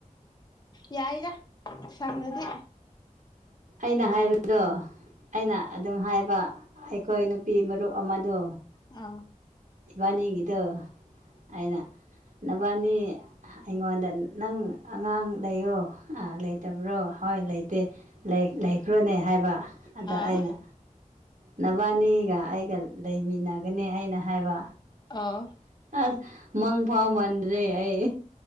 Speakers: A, on the left; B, on the right.
A: ꯌꯥꯏꯗ ꯁꯡꯔꯗꯤ
B: ꯑꯩꯅ ꯍꯥꯏꯕꯗꯣ ꯑꯩꯅ ꯑꯗꯨꯝ ꯍꯥꯏꯕ ꯑꯩꯈꯣꯏ ꯅꯨꯄꯤ ꯃꯔꯨꯞ ꯑꯃꯗꯣ
A: ꯑꯎ
B: ꯏꯕꯥꯅꯤꯒꯤꯗꯣ ꯑꯩꯅ ꯅꯕꯥꯅꯤ ꯑꯩꯉꯣꯟꯗ ꯅꯪ ꯑꯉꯥꯡ ꯂꯩꯌꯣ ꯑꯥ ꯂꯩꯇꯕ꯭ꯔꯣ ꯍꯣꯏ ꯂꯩꯇꯦ ꯂꯩꯈ꯭ꯔꯣꯅꯦ ꯍꯥꯏꯕ ꯑꯗ
A: ꯑꯥ
B: ꯑꯩꯅ ꯅꯕꯥꯅꯤꯒ ꯑꯩꯒ ꯂꯩꯃꯤꯟꯅꯒꯅꯤ ꯑꯩꯅ ꯍꯥꯏꯕ
A: ꯑꯥ
B: ꯑꯁ ꯃꯪꯐꯥꯎ ꯃꯥꯟꯗ꯭ꯔꯤ ꯑꯩ